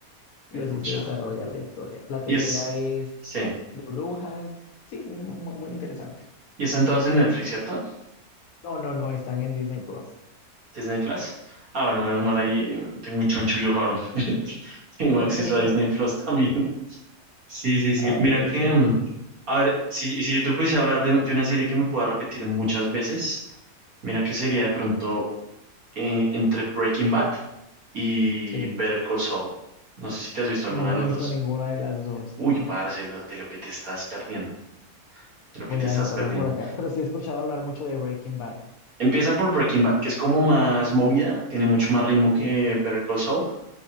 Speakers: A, on the left; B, on the right.
A: Y
B: me
A: así
B: pucha.
A: se desarrolla la historia. La tercera
B: Y es,
A: es
B: sí,
A: de brujas, sí, es muy, muy muy interesante.
B: y están todas en Netflix, ¿cierto?
A: No, no, no, están en Disney Plus.
B: Disney Plus. Ah, bueno, menos mal
A: Sí.
B: ahí eh, tengo un chonchullo raro. <laughs> Tengo
A: <laughs>
B: acceso a Disney Plus también. Sí, sí, sí.
A: Ah,
B: Mira
A: pero
B: que,
A: es súper.
B: mm, a ver, si, si yo te pudiese hablar de, de una serie que me pueda repetir muchas veces. Mira que sería de pronto eh, entre Breaking Bad y
A: Sí,
B: Better Call Saul. No sé si te has visto alguna
A: no
B: de
A: me
B: las
A: he visto
B: dos.
A: ninguna de las dos.
B: Uy,
A: No, no,
B: parce,
A: no.
B: lo- de lo que te estás perdiendo, de lo que
A: Voy
B: te estás
A: a anotarlas
B: perdiendo.
A: por acá. Pero sí he escuchado hablar mucho de Breaking Bad.
B: Empieza por Breaking Bad, que es como más movida, tiene mucho más ritmo que
A: Sí,
B: Better Call Saul,